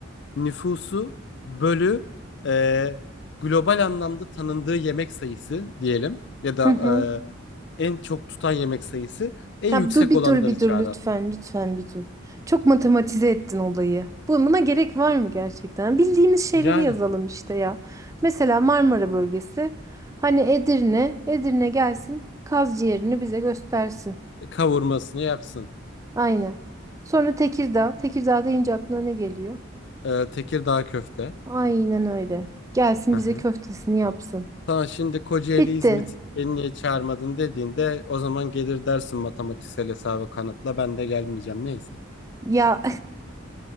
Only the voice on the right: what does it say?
Hı hı.
Ya
dur bir
dur bir dur
lütfen, lütfen bir dur. Çok matematize ettin olayı. Bu- Buna gerek var mı gerçekten? Bildiğimiz şeyleri
yazalım işte ya. Mesela Marmara bölgesi. Hani Edirne, Edirne gelsin, kaz ciğerini bize göstersin.
Aynen. Sonra Tekirdağ, Tekirdağ deyince aklına ne geliyor?
Aynen öyle. Gelsin
bize
köftesini yapsın.
Bitti.
Ya